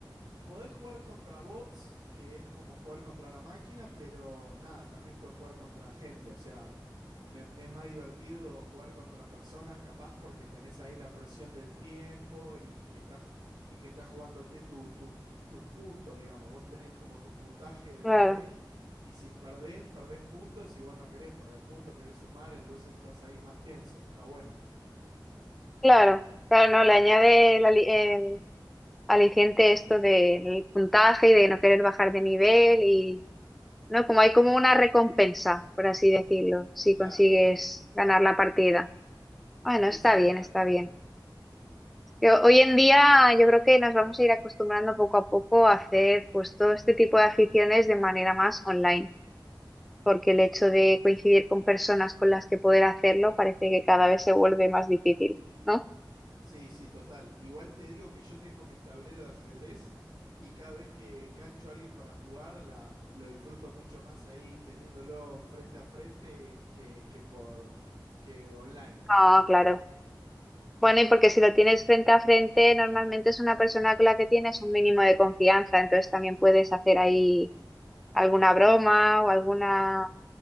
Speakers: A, on the right; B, in the centre.
A: Podés jugar contra bots, que es como jugar contra la máquina, pero nada, también podés jugar contra gente. O sea, me- es más divertido jugar contra personas, capaz, porque tenés ahí la presión del tiempo y que estás, y que estás jugándote tu- tu- tus puntos, digamos. Vos tenés como tu puntaje de
B: Claro,
A: nivel. Y si perdés, perdés puntos. Si vos no querés perder puntos, querés sumar, entonces estás ahí más tenso. Está bueno.
B: claro. Claro, no, le añade el, ali- el aliciente esto del puntaje y de no querer bajar de nivel y ¿no? Como hay como una recompensa, por así decirlo, si
A: Claro,
B: consigues
A: claro.
B: ganar la partida. Bueno,
A: Sí,
B: está
A: sí, total.
B: bien, está bien. Yo- hoy en día yo creo que nos vamos a ir acostumbrando poco a poco a hacer pues todo este tipo de aficiones de manera más online, porque el hecho de coincidir con personas con las que poder hacerlo parece que cada vez se vuelve más difícil, ¿no?
A: Sí, sí, total. Igual te digo que yo tengo mi tablero de ajedrez y cada vez que engancho a alguien para jugar, la, lo disfruto mucho más ahí teniéndolo frente a frente que, que por que online.
B: Ah, claro. Bueno, y porque si lo tienes frente a frente, normalmente es una persona con la que tienes un mínimo de confianza, entonces también puedes hacer ahí alguna broma o alguna